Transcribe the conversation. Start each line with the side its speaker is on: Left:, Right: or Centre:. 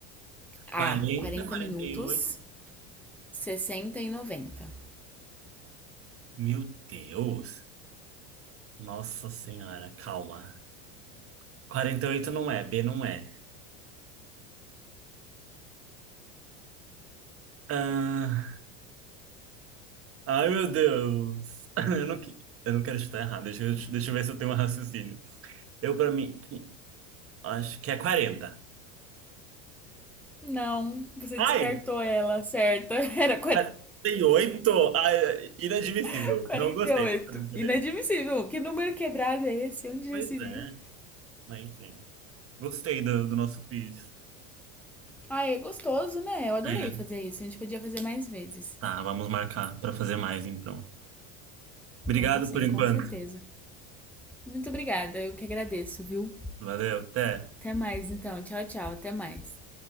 Centre: A.
Right: quarenta,
Centre: quarenta
Right: quarenta
Centre: minutos.
Right: e oito
Centre: sessenta e noventa
Right: Meu Deus. Nossa Senhora, calma. 48 não é, B não é. Ah, ai, meu Deus. <laughs> Eu não, que- eu não quero chutar errado. Deixa eu, deixa eu ver se eu tenho um raciocínio. Eu, pra mim, acho que é quarenta.
Centre: Não, você
Right: Ai,
Centre: descartou ela, certa. <laughs> Era
Right: 48? Ai, inadmissível.
Centre: <laughs> 48. 48.
Right: Não gostei dessa brincadeira.
Centre: Inadmissível. Que número quebrado é esse? Onde já
Right: Pois
Centre: se viu?
Right: é, mas enfim. Gostei do, do nosso quiz.
Centre: Ah, é gostoso, né? Eu adorei
Right: É.
Centre: fazer isso. A gente podia fazer mais vezes.
Right: Tá, vamos marcar pra fazer mais, então. Obrigado
Centre: Vamos sim,
Right: por enquanto.
Centre: com certeza. Muito obrigada, eu que agradeço, viu?
Right: Valeu, até.
Centre: Até mais, então. Tchau, tchau. Até mais.